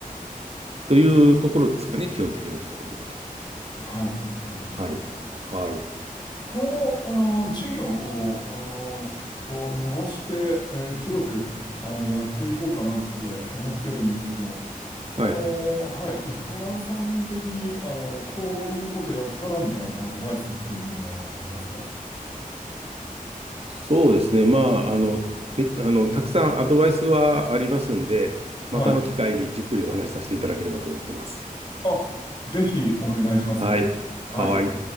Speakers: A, on the right; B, on the left.
A: というところですかね、基本的なところでいくと。
B: はい。わかりました。
A: はい。
B: 今
A: はい。
B: 後、あの、事業を、あの、と伸ばして、えー広く、あの、やっていこうかなって思ってるんですけど、
A: はい。
B: あのーはい、井原さん的に、あのこういうことやったらみたいなアドバイスっていうのはありますか
A: そうですね。まあ、あの、めあの、たくさんアドバイスはありますんで、
B: はい。
A: またの機会にじっくりお話しさせていただければと思ってます。
B: あ、ぜひお願いします。
A: はい。
B: はい。
A: はい。